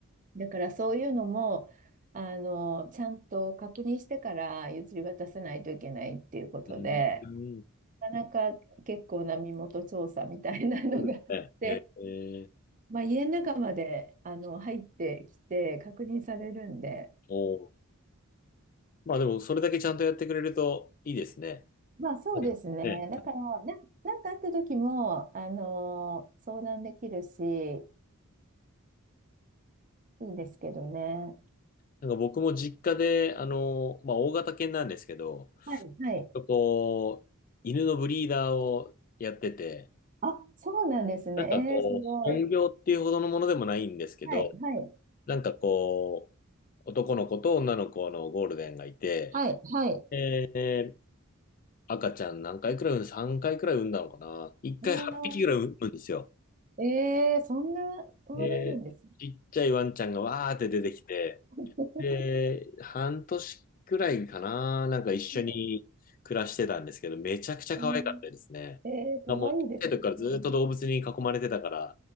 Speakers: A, on the right; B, on the left.
A: だから、そういうのも、あの、ちゃんと確認してから譲り渡さないといけないっていうことで。
B: うんうん、
A: なかなか結構な身元調査みたいなのが
B: そうですね。
A: <laughs>
B: えー、
A: まあ、家の中まであの入ってきて確認されるんで、
B: おーまあでも、それだけちゃんとやってくれるといいですね。
A: まあそうですね、
B: はいね
A: だからな、なんかあった時もあの相談できるし、いいんですけどね。
B: なんか僕も実家で、あの、まあ、大型犬なんですけど、
A: はい、はい。
B: とこう、犬のブリーダーをやってて、
A: あ、そうなんですね。
B: なんかこう、
A: えー、すごい。
B: 本業っていうほどのものでもないんですけど、
A: はい、はい、
B: なんかこう、男の子と女の子のゴールデンがいて、
A: はい、はい。
B: えー赤ちゃん何回くらい産む ?3 回くらい産んだのかな ?1 回8匹くらい産むんですよ。
A: おーえー、そんな生まれるんですね。
B: えーちっちゃいワンちゃんがわーって出てきて、
A: <laughs>
B: で、半年くらいかな、なんか一緒に暮らしてたんですけど、
A: はい。
B: めちゃくちゃ可愛かったですね。
A: うん、えー、かわいいですよね。
B: もう、小さい時からずっと動物に囲まれてたから、